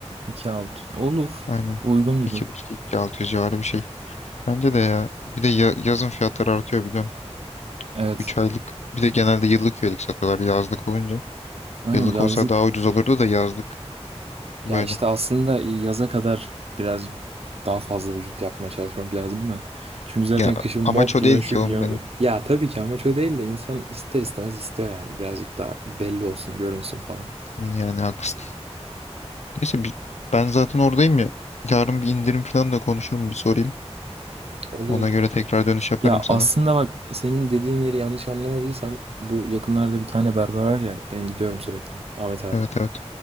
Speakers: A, on the right (about 60°); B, on the left (about 85°).
A: 26 olur.
B: Aynen.
A: Uygun gibi.
B: iki iki buçuk altı yüz civarı bir şey. Bence de ya. Bir de ya- yazın fiyatları artıyor biliyorsun.
A: Evet.
B: 3 aylık. Bir de genelde yıllık üyelik satıyorlar yazlık olunca.
A: Aynen
B: Yıllık
A: yazlık.
B: olsa daha ucuz olurdu da yazlık böyle.
A: Ya işte aslında e, yaza kadar biraz daha fazla vücut yapmaya çalışmak lazım da. Çünkü zaten
B: Ya
A: kışın mont
B: amaç
A: giyiyorsun
B: o değil ki
A: şu giyiyorsun
B: oğlum benim.
A: diye. Ya tabii ki amaç o değil de insan ister istemez istiyor yani. Birazcık daha belli olsun, görünsün falan.
B: Yani haklısın. Neyse bi- ben zaten oradayım ya. Yarın bir indirim falan da konuşurum bir sorayım.
A: Olur.
B: Ona göre tekrar dönüş yaparım
A: Ya
B: sana.
A: aslında bak senin dediğin yeri yanlış anlamadıysam bu yakınlarda bir tane berber var ya ben gidiyorum sürekli. Ahmet abi.
B: Evet evet.